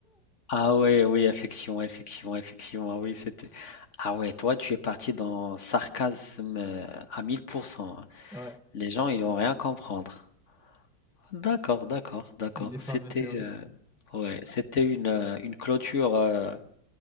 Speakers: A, on the left; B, in the centre.
A: ah ouais, oui, effectivement, effectivement, effectivement, ah oui, c'était ah ouais, toi, tu es parti dans sarcasme, heu, à mille pour cent. hein.
B: Ouais,
A: Les gens, ils vont rien comprendre. D'accord, d'accord, d'accord.
B: il est fameux,
A: C'était,
B: ce rire.
A: heu, ouais, c'était une, heu, une clôture, heu,